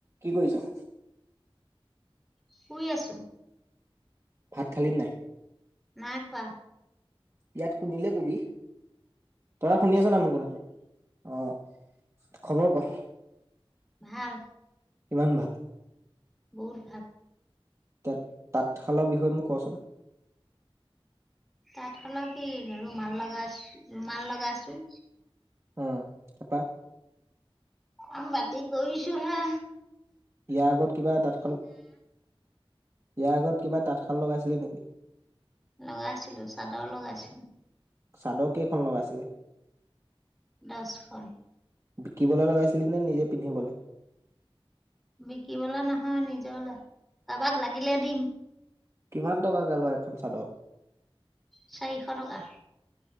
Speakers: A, on the right (about 30°); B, in the centre.
A: কি কৰিছ?
B: শুই আছো।
A: ভাত খালি নাই?
B: নাই খোৱা।
A: ইয়াত শুনিলে কবি। তাৰ শুনি আছ না মোৰ কথাটো? অ' খবৰ ক?
B: ভাল।
A: কিমান ভাল?
B: বহুত ভাল।
A: তত-তাঁতশালৰ বিষয়ে মোক কচোন?
B: তাত হলেও কি? ৰুমাল লগাছ-ৰুমাল লগাছো।
A: অহ' তাপা?
B: আম বতি কৰিৈছো হে,
A: ইয়াৰ আগত কিবা এ ততকাল ইয়াৰ আগত কিবা তাঁতশাল লগাইছিলি নেকি?
B: লগাই আছিলো, চাদৰ লগাইছো।
A: চাদৰ কেইখন লগাইছিলি?
B: দহখন
A: বিকিবলে লগাইছিলি নে নিজে পিন্ধিবলৈ?
B: বিকিবলৈা নহয় নিজৰলৈ, কাৰোবাক লাগিলে দিম।
A: কিমান টকাকে লয় এখন চাদৰ?
B: চাৰিশ- টকা।